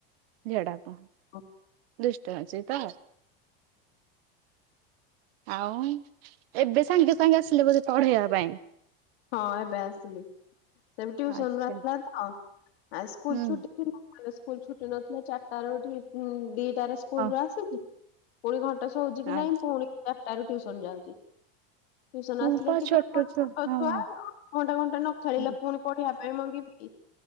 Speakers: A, on the right; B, on the left.
A: ଝିଅଟାକୁ
B: ହଁ।
A: ଦୁଷ୍ଟ ଅଛି ତ ଆଉ ଏବେ ସାଙ୍ଗେ ସାଙ୍ଗେ ଆସିଲେ ବ ପଢେଇବା ପାଇଁ?
B: ହଁ ଏବେ ଆସିଲି। ସେ ଟୁସନ
A: ଆଚ୍ଛା
B: ରୁ ଆସିଲା ତ ଆ ସ୍କୁଲ
A: ହୁଁ
B: ଛୁଟି ସ୍କୁଲ ଛୁଟି ନଥିଲା ଚାରିଟା ର ଦିଟାରେ ସ୍କୁଲ
A: ହଁ
B: ଆସଛି ଫୁଣି ଘଣ୍ଟେ ହଉଛି କି
A: ଆଚ୍ଛା
B: ନାଇଁ ପୁଣି ଚାରଟାରୁ ଟିଉସନ ଯାଉଛି ଟିଉସନ
A: ହଁ
B: ଆସିଲେ
A: ପା
B: ଟିକେ
A: ଛୋଟ
B: <unintelligible>
A: ଛୁଆ
B: ହ ଘଣ୍ଟା
A: ହଁ।
B: ଘଣ୍ଟା ନ ଖେଳିଲା
A: ହୁଁ
B: ପୁଣି ପଢିବା ପାଇଁ ମଙ୍ଗିବେ କି?